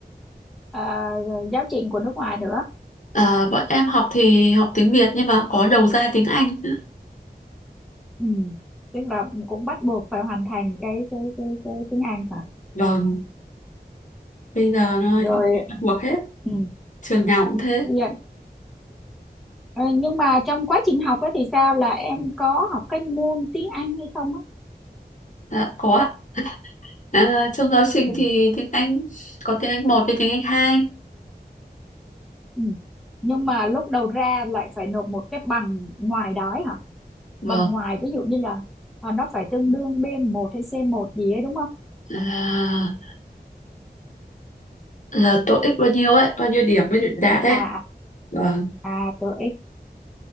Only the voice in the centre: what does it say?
à, giáo trình của nước ngoài nữa?
Ừ. Tức là cũng bắt buộc phải hoàn thành cái cái cái, cái tiếng Anh hả?
Rồi
ừ.
Dạ. Ờ, Nhưng mà trong quá trình học ấy thì sao là em có học cái môn tiếng Anh hay không á?
Ừ.
Ừ. Nhưng mà lúc đầu ra lại phải nộp một cái bằng ngoài đó ấy hả?
Bằng ngoài ví dụ như là à, nó phải tương đương b một hay c một gì ấy đúng không?
À
à À tôi ít